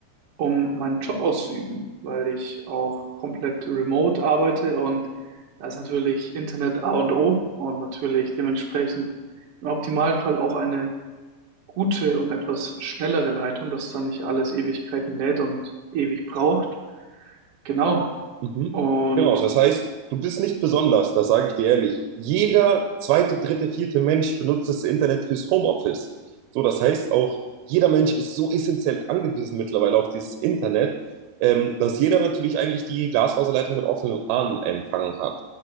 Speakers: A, on the right; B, on the right.
A: um meinen Job auszuüben, weil ich auch komplett remote arbeite und da ist natürlich Internet A und O und natürlich dementsprechend im Optimalfall auch eine gute und etwas schnellere Leitung, dass dann nicht alles Ewigkeiten lädt und ewig braucht. Genau.
B: Mhm.
A: Und
B: Genau, das heißt, du bist nicht besonders, das sage ich dir ehrlich. Jeder zweite, dritte, vierte Mensch benutzt das Internet fürs Homeoffice. So, das heißt auch, jeder Mensch ist so essentiell angewiesen mittlerweile auf dieses Internet, ähm, dass jeder natürlich eigentlich die Glasfaserleitung mit offenen Armen empfangen hat.